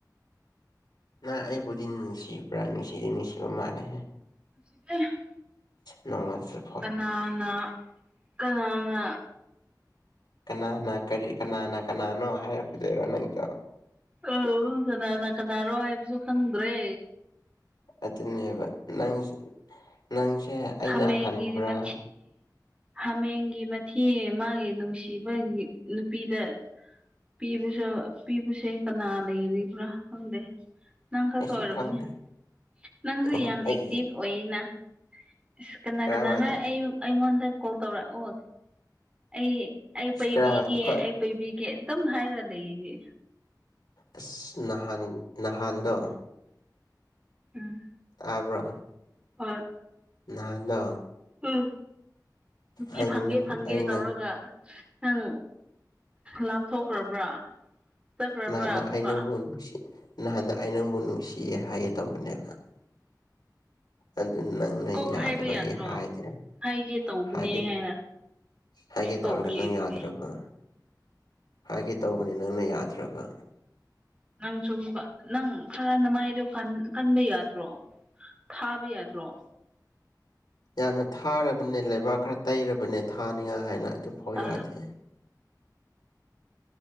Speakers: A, on the left (about 70°); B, on the right (about 15°).
A: ꯅꯍ ꯑꯩꯕꯨꯗꯤ ꯅꯨꯡꯁꯤꯕ꯭ꯔꯥ ꯅꯨꯡꯁꯤꯗꯤ ꯅꯨꯡꯁꯤꯕ ꯃꯥꯜꯂꯦ
B: <unintelligible>
A: ꯅꯣꯡꯃ <unintelligible>
B: ꯀꯅꯥꯅ ꯀꯅꯥꯅ
A: ꯀꯅꯥꯅ ꯀꯔꯤ ꯀꯅꯥꯅ ꯀꯅꯥꯅꯣ ꯍꯥꯏꯔꯛꯀꯗꯣꯏꯔꯣ ꯅꯪꯗꯣ
B: ꯑ ꯀꯅꯥꯅ ꯀꯅꯥꯅꯣ ꯍꯥꯏꯕꯁꯨ ꯈꯪꯗ꯭ꯔꯦ
A: ꯑꯗꯨꯅꯦꯕ ꯅꯪ ꯅꯪꯁꯦ ꯑꯩꯅ
B: ꯍ ꯃꯒꯤ
A: ꯍꯟꯕ꯭ꯔꯥ
B: ꯃꯤ ꯍꯥꯃꯦꯡꯒꯤ ꯃꯊꯤ ꯃꯥꯒꯤ ꯅꯨꯡꯁꯤꯕꯒꯤ ꯅꯨꯄꯤꯗ ꯄꯤꯕꯁꯨ ꯄꯤꯕꯁꯦ ꯀꯅꯥ ꯂꯩꯔꯤꯕ꯭ꯔꯥ ꯈꯪꯗꯦ ꯅꯪ ꯈꯛꯛꯇ
A: ꯑꯩꯁꯨ
B: ꯑꯣꯏꯔꯝꯅꯤ
A: ꯈꯪꯗꯦ
B: ꯅꯪꯁꯨ
A: ꯑꯦ
B: ꯌꯥꯝ
A: ꯑꯩ
B: ꯑꯦꯛꯇꯤꯚ ꯑꯣꯏꯅ ꯑ ꯀꯅꯥ
A: ꯀꯔꯥꯏꯋꯥꯏꯗ
B: ꯀꯅꯥꯅ ꯑꯩ ꯑꯩꯉꯣꯟꯗ ꯀꯣꯜ ꯇꯧꯔꯛꯎ ꯑꯩ ꯑꯩ ꯄꯩꯕꯤꯒꯦ
A: ꯀꯔꯥꯏ ꯑꯩꯈꯣꯏ
B: ꯑꯩ ꯄꯩꯕꯤꯒꯦ ꯑꯗꯨꯝ ꯍꯥꯏꯔꯒ ꯂꯩꯁꯦ
A: ꯑꯁ ꯅꯍꯥꯟ ꯅꯍꯥꯟꯗꯣ
B: ꯎꯝ
A: ꯇꯥꯕ꯭ꯔꯣ
B: ꯍꯣꯏ
A: ꯅꯍꯥꯟꯗ
B: ꯎꯝ ꯅꯨꯡꯇꯤ
A: ꯑꯩꯅ
B: ꯐꯪꯒꯦ
A: ꯅꯪꯕꯨ
B: ꯐꯪꯒꯦ
A: ꯑꯩꯅ
B: ꯇꯧꯔꯒ ꯅꯪ ꯂꯥꯞꯊꯣꯛꯈ꯭ꯔꯕ꯭ꯔꯥ ꯆꯠꯈ꯭ꯔꯕ꯭ꯔꯥ
A: ꯅꯍꯥꯟꯗ
B: ꯑꯃꯨꯛꯀ
A: ꯑꯩ ꯅꯪꯕꯨ ꯅꯨꯡꯁꯤ ꯅꯍꯥꯟꯗ ꯑꯩ ꯅꯪꯕꯨ ꯅꯨꯡꯁꯤꯌꯦ ꯍꯥꯏꯒꯦ ꯇꯧꯕꯅꯦꯕ ꯑꯗꯨ ꯅꯪꯅ
B: ꯀꯣꯛ
A: ꯌꯥꯗꯕꯒꯤ
B: ꯍꯥꯏꯕ ꯌꯥꯗ꯭ꯔꯣ
A: ꯍꯥꯏꯗ꯭ꯔꯦ
B: ꯍꯥꯏꯒꯦ ꯇꯧꯕꯅꯦ
A: ꯍꯥꯏꯒꯦ
B: ꯍꯥꯏꯅ
A: ꯍꯥꯏꯒꯦ
B: ꯇꯣꯛꯈꯤ
A: ꯇꯧꯔꯒ ꯅꯪ
B: ꯑꯗꯨꯗꯤ
A: ꯌꯥꯗ꯭ꯔꯕ ꯍꯥꯏꯒꯦ ꯇꯧꯕꯅꯤ ꯅꯪꯅ ꯌꯥꯗ꯭ꯔꯒ
B: ꯅꯪꯁꯨ ꯑꯃꯨꯛꯀ ꯅꯪ ꯈꯔꯅ ꯃꯥꯏꯗꯣ ꯀꯟꯕ ꯌꯥꯗ꯭ꯔꯣ ꯊꯥꯕ ꯌꯥꯗ꯭ꯔꯣ
A: ꯌꯥꯝꯅ ꯊꯥꯔꯕꯅꯦ ꯂꯩꯕꯥꯛ ꯈꯔ ꯇꯩꯔꯕꯅꯦ ꯊꯥꯅꯤꯉꯥꯏ ꯍꯥꯏꯅ ꯑꯗꯨ ꯍ
B: ꯑ
A: ꯌꯥꯗꯦ